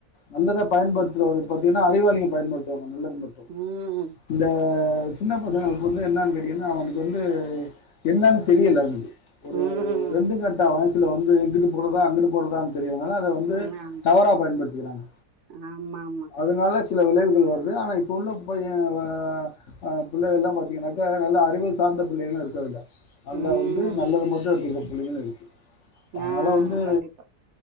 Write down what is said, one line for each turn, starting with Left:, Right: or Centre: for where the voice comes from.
Left: நல்லதா பயன்டுத்துறவுங்க பாத்தீங்கனா அறிவாளிங்க பயன்டுத்துவாங்க நல்லத மட்
Right: ம்
Left: இந்த சின்ன பசங்களுக்கு வந்து என்னன் கேட்டீங்கன்னா அவனுக்கு வந்து என்னனு தெரில வந்து ஒரு
Right: ம்
Left: ரெண்டு கட்டா வயசுல வந்து இங்கிட்டு போறதா அங்கிட்டு போறதா தெரியவுங்களா அத வந்து
Right: ம் ஆமா
Left: தவறா பயன்படுத்திக்கிறாங்க
Right: ஆமா ஆமா
Left: ஆ அதனால சில விளைவுகள் வருது ஆனா இப்போ உள்ள பையே வ ஆ புள்ளைகள்ளா பாத்தீங்கன்னாக்கா நல்ல அறிவு சார்ந்த புள்ளைகளு இருக்கு அதுல நல்லா
Right: ம்
Left: வந்து நல்லத மட்டு எடுத்துக்கற பிள்ளைங்களு இருக்கு அதனால
Right: ஆ
Left: வந்து
Right: கண்டிப்பா